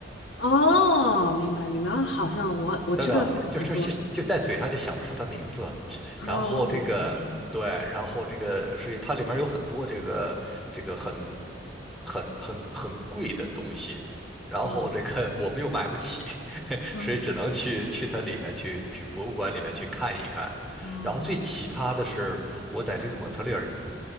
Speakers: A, on the left; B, in the centre.
A: 哦，明白明白，啊好像我我知道这个小说
B: 等等啊，就就是就在嘴上就想不出他名字，
A: 啊，
B: 然后这个对，
A: 我也想起来了
B: 然后这个，所以它里面有很多这个这个很很很很贵的东西，然后这个我们又买不起，
A: 嗯
B: <laughs>
A: 嗯
B: 所以只能去去它里面去去博物馆里面去看一看。
A: 哦。
B: 然后最奇葩的是，我在这个蒙特利尔